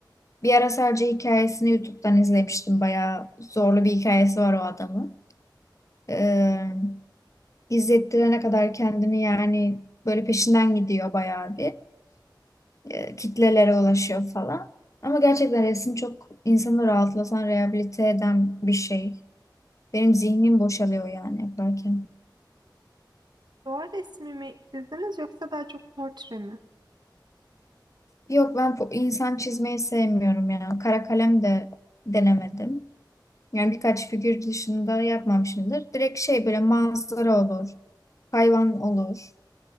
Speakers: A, on the left; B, on the right.
A: Bir ara sadece hikayesini YouTube'dan izlemiştim. Bayağı zorlu bir hikayesi var o adamın. E, izlettirene kadar kendini yani böyle peşinden gidiyor bayağı bir. E, kitlelere ulaşıyor falan. Ama gerçekten resim çok insanı rahatlatan, rehabilite eden bir şey. Benim zihnim boşalıyor yani yaparken.
B: Doğal resmi mi çizdiniz yoksa daha çok portre mi?
A: Yok ben po- insan çizmeyi sevmiyorum ya. Kara kalem de denemedim. Yani birkaç figür dışında yapmamışımdır. Direkt şey böyle manzara olur, hayvan olur.